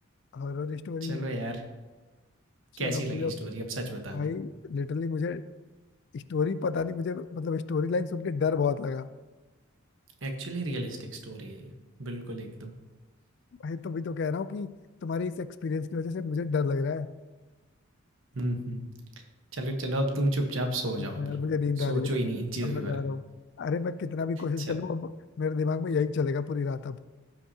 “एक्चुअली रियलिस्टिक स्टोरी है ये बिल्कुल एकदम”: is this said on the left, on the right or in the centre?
Right